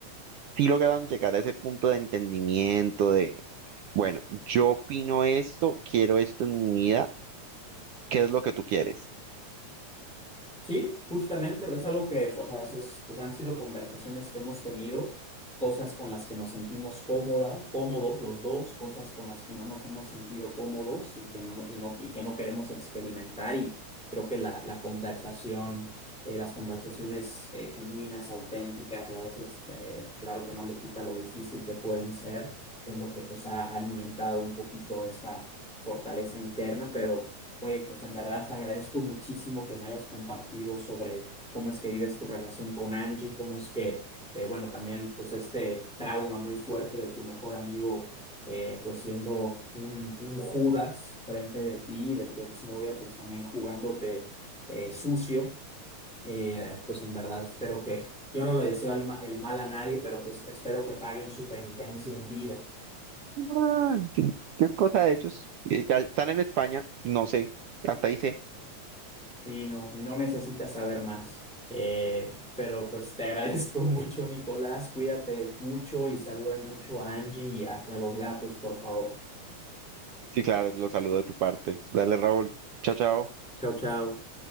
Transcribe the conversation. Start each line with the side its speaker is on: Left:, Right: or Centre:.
Right: ¿sí lograron llegar a ese punto de entendimiento de, bueno, yo opino esto, quiero esto en mi vida, ¿qué es lo que tú quieres?
Centre: Sí, justamente, es algo que, o sea, eso es- pues han sido conversaciones que hemos tenido, cosas con las que nos sentimos cómoda, cómodos los dos, cosas con las que no nos hemos sentido cómodos y que no, y no, y que no queremos experimentar. Y creo que la, la conversación, eh, las conversaciones eh, genuinas, auténticas y a veces, eh, claro que no le quita lo difícil que pueden ser, es lo que pues ha alimentado un poquito esta fortaleza interna, pero... Oye, pues en verdad te agradezco muchísimo que me hayas compartido sobre cómo es que vives tu relación con Angie, cómo es que, eh, bueno, también pues este trauma muy fuerte de tu mejor amigo, eh, pues siendo un, un Judas frente de ti, de tu exnovia, pues también jugándote eh, sucio. Eh, pues en verdad espero que, yo no le deseo el, ma- el mal a nadie, pero que es- espero que paguen su penitencia en vida.
Right: Ah, que- que es cosa de ellos. Eh, ya están en España, no sé, hasta ahí sé.
Centre: Y no, y no necesitas saber más. Eh, pero pues te agradezco <laughs> mucho, Nicolás. Cuídate mucho y saluda mucho a Angie y a, y a los gatos, por favor.
Right: Sí, claro, los saludo de tu parte. Dale, Raúl. Chao, chao.
Centre: Chao, chao.